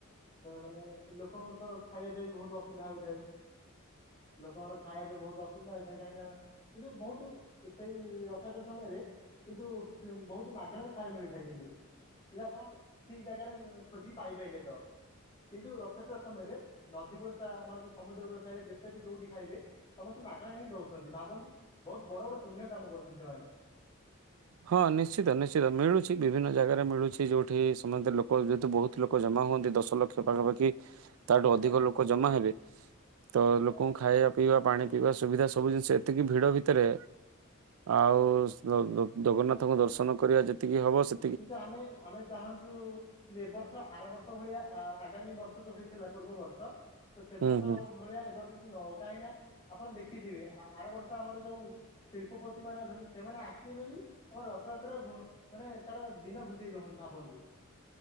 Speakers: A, on the left; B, on the right.
A: ମାନେ ଲୋକଙ୍କର ତ ଖାଇବା ପିଇବା ବି ବହୁତ ଅସୁବିଧା ହୋଇଥାଏ। ଲୋକଙ୍କର ଖାଇବା ପାଇଁ ବହୁତ ଅସୁବିଧା ହେଇଥାଏ କାହିଁକି ନା କିନ୍ତୁ ବହୁତ ସେଇ ରଥଯାତ୍ରା ସମୟରେ କିନ୍ତୁ ବହୁତ ମାଗଣାରେ ଖାଇବାକୁ ମିଳିଥାଏ କିନ୍ତୁ ଯଦି ଆପଣ ଠିକ ଜାଗାରେ ଖୋଜିକି ପାଇପାରିଲେ ତ। କିନ୍ତୁ ରଥଯାତ୍ରା ସମୟରେ ନଦୀ ଗୋଳ ମାନେ ଯୋଉ ସମୁଦ୍ର ଗୋଳ ସାହିରେ ଯେତେ ବି ଯୋଉଠି ଖାଇବେ ସମସ୍ତେ ମାଗଣା ହିଁ ଦଉଛନ୍ତି ଭାବନ୍ତୁ ବହୁତ ବଡ ବଡ ପୁଣ୍ୟ କାମ କରୁଛନ୍ତି ସେମାନେ।
B: ହଁ ନିଶ୍ଚିତ ନିଶ୍ଚିତ ମିଳୁଛି ବିଭିନ୍ନ ଜାଗାରେ ମିଳୁଛି ଯୋଉଠି ସମସ୍ତେ ଲୋକ ଯେହେତୁ ବହୁ ଲୋକ ଜମା ହୁଅନ୍ତି ଦଶ ଲକ୍ଷ ପାଖାପାଖି। ତାଠୁ
A: ଆଜ୍ଞା
B: ଅଧିକ ଲୋକ ଜମା ହେବେ ତ ଲୋକଙ୍କୁ
A: ଆଜ୍ଞା।
B: ଖାଇବା। ପିଇବା ପାଣି ପିଇବା ସୁବିଧା ସବୁ ଜିନିଷ ଏତିକି ଭିଡ ଭିତରେ ଆଉ <unintelligible> ଜଗନ୍ନାଥଙ୍କୁ ଦର୍ଶନ କରିବା ଯେତିକି ହବ ସେ
A: କିନ୍ତୁ ଆମେ ଆମେ ଚାହୁଁଛୁ। ଏ ବର୍ଷ ଆର ବର୍ଷ ଭଳିଆ ଆ-ଆଗାମୀ ବର୍ଷ ଯୋଉ ହେଇଥିଲା ପୂର୍ବ ବର୍ଷ। ତ ସେ ବର୍ଷ
B: ହୁଁ ହୁଁ
A: ଭଳିଆ ଏ ବର୍ଷ କିଛି ନ ହଉ କାହିଁକି ନା ଆପଣ ଦେଖିଥିବେ ଆ-ଆର ବର୍ଷ ଆମର ଯୋଉ। ଶିଳ୍ପପତି ମାନେ ଅଛନ୍ତି ସେମାନେ ଆସିବେ ବୋଲି ଆମର ରଥଯାତ୍ରାକୁ ମାନେ। ତାର ଦିନ ଘୁଞ୍ଚେଇ ଦଉଛନ୍ତି ଭାବନ୍ତୁ।